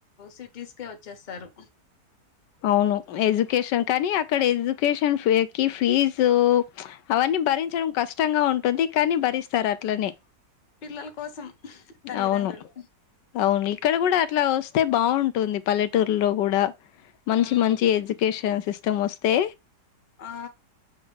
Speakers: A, on the left; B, on the left.
A: సిటీస్కె వచ్చేస్తారు
B: అవును ఎడ్యుకేషన్ కానీ అక్కడ ఎడ్యుకేషన్ కి ఫీజు అవన్నీ కానీ భరించడం కష్టంగా ఉంటుంది కానీ భరిస్తారు అట్లనే
A: పిల్లల కోసం తల్లిదండ్రులు
B: అవును అవును ఇక్కడ కూడా అట్లా వస్తే బాగుంటుంది పల్లెటూరులో కూడా మంచి
A: ఉమ్
B: మంచి ఎడ్యుకేషన్ సిస్ స్టమొస్తే
A: ఆ